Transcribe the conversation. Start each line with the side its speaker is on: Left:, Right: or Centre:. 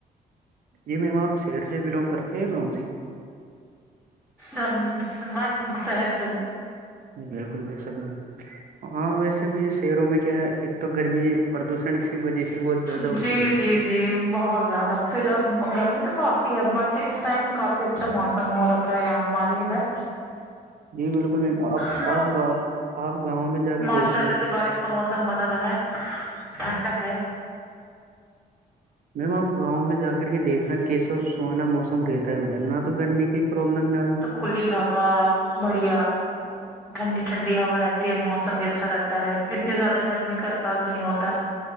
Right: جی میم آپ شہر سے بلانگ کرتے ہیں گاؤں سے
Centre: ہم ما شہر سے
Right: بالکل بھی سب میں ہاں ویسے بھی شہروں میں کیا ہے ایک تو گرمی پردوشن کی وجہ سے بہت زیادہ
Centre: جی
Right: ہوتی
Centre: جی
Right: ہے
Centre: جی جی بہت زیادہ فی الح گرمی تو کافی ہے بٹ اس ٹائم کافی اچ اچھا موسم ہو رکھا ہے یہاں ہمارے ادھر
Right: جی بالکل میم آپ
Centre: ہاں
Right: آپ گاؤں آپ گاؤں میں جا کے
Centre: ماشاء
Right: دیکھنا
Centre: اللہ سے بارش کا موسم بنا رہا ہے ٹھنڈک ہے
Right: میم آپ گاؤں میں جا کر کے دیکھنا کیسا سہانا موسم رہتا ہے ادر ناتھ تو گرمی کا پروبلم نہ
Centre: کلی ہوا بڑھیا ٹھنڈی ٹھنڈی ہوا رہتی ہے موسم بھی اچھا رہتا ہے اتنی زیادہ گرمی کا احساس نہیں ہوتا